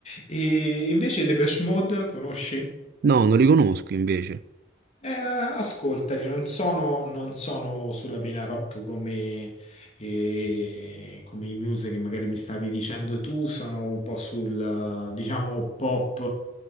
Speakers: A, on the left; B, on the right.
A: E invece Depeche Mode, conosci?
B: No, non li conosco invece.
A: Eh, ascoltami, non sono, non sono sulla vena rock come, eh, come i Muse che magari mi stavi dicendo tu, sono un po' sul, eh, diciamo, pop,